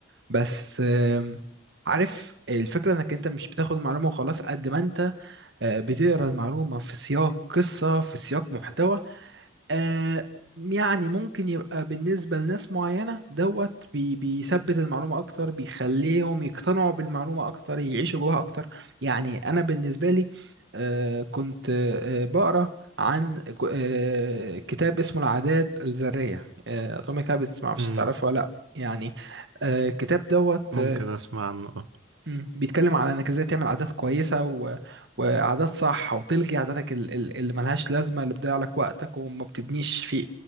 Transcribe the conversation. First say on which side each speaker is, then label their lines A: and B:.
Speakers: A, on the right (about 60°); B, on the right (about 85°).
A: بس آم، عارف الفكرة انك انت مش بتاخد المعلومة وخلاص قد ما انت آه، بتقرا المعلومة في سياق قصة في سياق محتوى آه، يعني ممكن يبقى بالنسبة لناس معينة دوت بي- بيثبت المعلومة أكتر بيخليهم يقتنعوا بالمعلومة أكتر يعيشوا جواها أكتر يعني أنا بالنسبة لي آه، كنت آه، بقرأ عن ك- آه، كتاب اسمه العادات الذرية آه، أتوميك هابتس معرفش
B: امم
A: تعرفه ولا لأ يعني آه، الكتاب دوت
B: ممكن أسمع عنه أه
A: مم. بيتكلم على انك ازاي تعمل عادات كويسه و... وعادات صح وتلغي عاداتك ال- ال- اللي ملهاش لازمه اللي بتضيع لك وقتك وما بتبنيش في